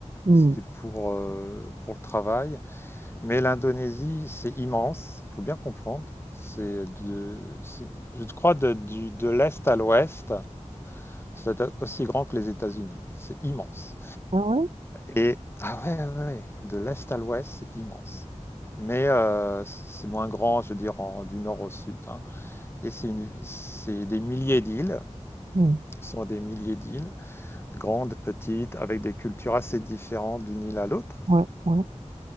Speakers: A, on the right; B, on the left.
A: Mm.
B: C'était pour, euh, pour le travail. Mais l'Indonésie, c'est immense, Il faut bien comprendre. C'est de, c'est- je crois de, du- de l'est à l'ouest, c'est aussi grand que les États-Unis. C'est immense.
A: Ah ouais?
B: Et ah ouais, ouais, ouais, de l'est à l'ouest, c'est immense. Mais euh, c'est moins grand, je veux dire, en- du nord au sud. hein. Et c'est une- c'est des milliers d'îles,
A: Mm.
B: ce sont des milliers d'îles, grandes, petites, avec des cultures assez différentes d'une île à l'autre.
A: Ouais, ouais.